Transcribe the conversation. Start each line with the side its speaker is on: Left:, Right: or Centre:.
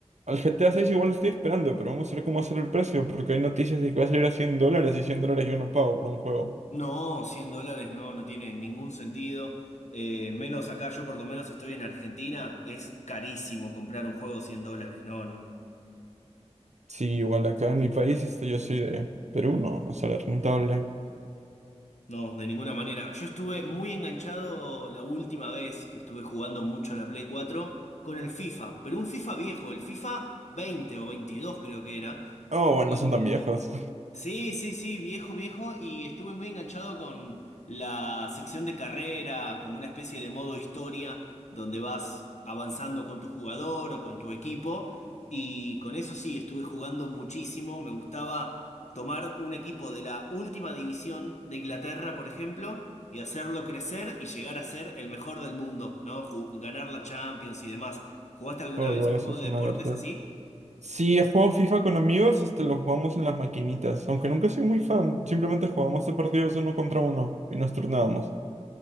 Right: al GTA 6 igual lo estoy esperando, pero vamos a ver cómo va a ser el precio, porque hay noticias de que va a salir a 100 dólares y 100 dólares yo no pago por un juego.
Left: No, 100 dólares no, no tiene ningún sentido. Eh, menos acá, yo por lo menos estoy en Argentina, es carísimo comprar un juego 100 dólares, no, no,
Right: Sí, igual acá en mi país, este, yo soy de Perú, no, no sale rentable.
Left: no, de ninguna manera. Yo estuve muy enganchado la última vez que estuve jugando mucho a la Play cuatro con el FIFA, pero un FIFA viejo, el FIFA veinte o veintidós creo que era,
Right: Oh, bueno,
Left: Y
Right: no son tan viejos. <laughs>
Left: sí, sí, sí, viejo, viejo, y estuve muy enganchado con la sección de carrera, como una especie de modo historia, donde vas avanzando con tu jugador o con tu equipo, y con eso sí, estuve jugando muchísimo, me gustaba tomar un equipo de la última división de Inglaterra, por ejemplo, y hacerlo crecer y llegar a ser el mejor del mundo, ¿no? Ju- ganar la Champions y demás. ¿Jugaste alguna
Right: Oh,
Left: vez
Right: igual
Left: un
Right: eso
Left: juego
Right: es
Left: de
Right: una
Left: deportes
Right: verdad.
Left: así?
Right: Sí, he jugado FIFA con amigos, este, lo jugamos en las maquinitas, aunque nunca he sido muy fan, simplemente jugábamos de partidos uno contra uno y nos turnábamos.